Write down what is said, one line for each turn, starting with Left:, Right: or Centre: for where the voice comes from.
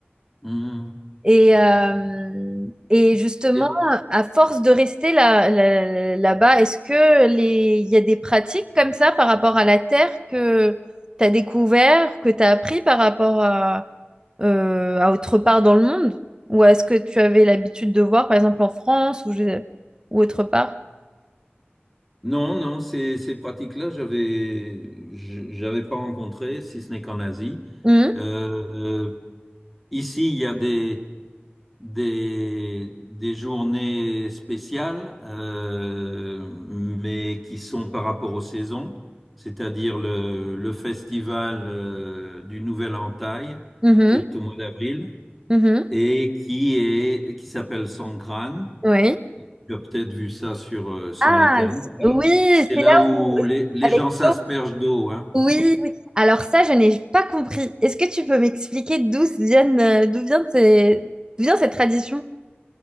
Centre: Hmm.
Right: Et, euh, et justement,
Centre: Et-
Right: à force de rester là, là, là-bas, est-ce que les, il y a des pratiques comme ça par rapport à la terre que tu as découvert, que tu as appris par rapport à, euh, à autre part dans le monde? Ou est-ce que tu avais l'habitude de voir, par exemple, en France ou, je- ou autre part?
Centre: non, non, ces, ces pratiques-là, j'avais, je- j'avais pas rencontré, si ce n'est qu'en Asie.
Right: Mhm,
Centre: Euh, euh, ici, il y a des, des, des journées spéciales, euh, mais qui sont par rapport aux saisons, c'est-à-dire le, le festival euh, du Nouvel Entaille,
Right: mhm,
Centre: qui est au mois d'avril,
Right: mhm,
Centre: et qui est, qui s'appelle Songkran.
Right: oui.
Centre: Tu as peut-être vu ça sur, euh, sur
Right: Ah,
Centre: Internet.
Right: c- oui,
Centre: C'est
Right: c'est
Centre: là
Right: là
Centre: où
Right: où,
Centre: les, les
Right: avec
Centre: gens s'aspergent d'eau, hein.
Right: Oui, oui. Alors ça, je n'ai pas compris. Est-ce que tu peux m'expliquer d'où se viennent, euh, d'où vient ces- d'où vient cette tradition?